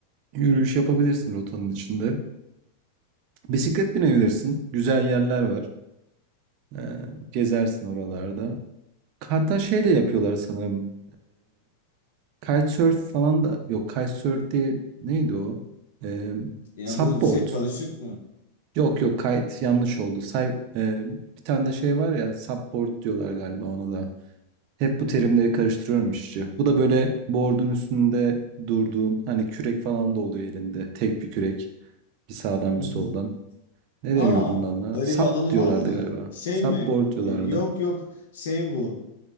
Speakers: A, on the right; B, on the left.
A: yürüyüş yapabilirsin rotanın içinde. Bisiklet binebilirsin. Güzel yerler var. Ee, gezersin oralarda. Hatta şey de yapıyorlar sanırım. Kitesurf falan da yok. Kitesurf değil. Neydi o? Ee,
B: Ya
A: Subboard.
B: bu şey paraşüt mü?
A: Yok yok kite yanlış oldu. Say, e, bir tane de şey var ya subboard diyorlar galiba ona da. Hep bu terimleri karıştırıyorum işte. Bu da böyle board'un üstünde durduğun hani kürek falan da oluyor elinde. Tek bir kürek. Bir sağdan
B: <laughs>
A: bir soldan. Ne
B: Aa,
A: deniyordu bundan?
B: öyle
A: Sap
B: bir alanı
A: diyorlardı
B: var mı?
A: galiba.
B: Şey
A: Subboard
B: mi?
A: diyorlardı.
B: Yok yok. Şey bu.